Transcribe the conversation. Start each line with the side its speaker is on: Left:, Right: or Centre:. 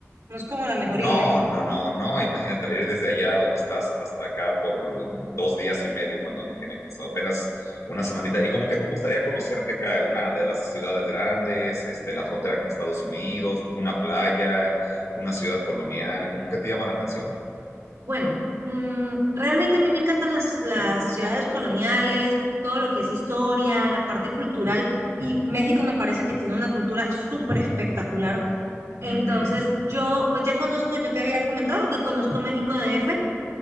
Right: no es como la mejor
Left: No,
Right: idea.
Left: no, no, no, imagínate venir desde allá donde estás hasta acá por dos días y medio Bueno, no tiene caso, apenas una semanita. ¿Y como qué te gustaría conocer de acá? ¿Una de las ciudades grandes, este, la frontera con Estados Unidos, una playa, una ciudad colonial? ¿Cómo qué te llama la atención?
Right: Bueno, mm, realmente a mí me encantan las, las ciudades coloniales, todo lo que es historia, la parte cultural, y México me parece que tiene una cultura súper espectacular. Entonces,
Left: Ujú,
Right: yo pues ya conozco, yo te había comentado que conozco México DF,